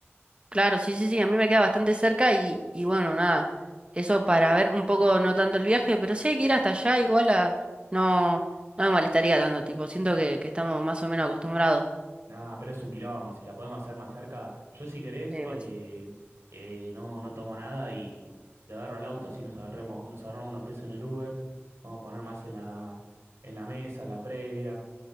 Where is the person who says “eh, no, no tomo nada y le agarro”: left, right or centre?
Right